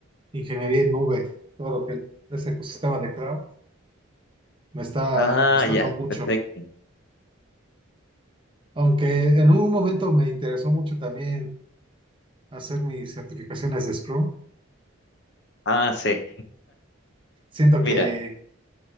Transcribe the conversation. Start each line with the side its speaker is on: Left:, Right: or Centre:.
Right: ingeniería en nube, todo lo que es el ecosistema de cloud, me está
Left: Ah,
Right: gustando
Left: ya,
Right: mucho,
Left: perfecto.
Right: aunque en un momento me interesó mucho también hacer mis certificaciones de Scrum,
Left: Ah, sí.
Right: siento
Left: Mira,
Right: que,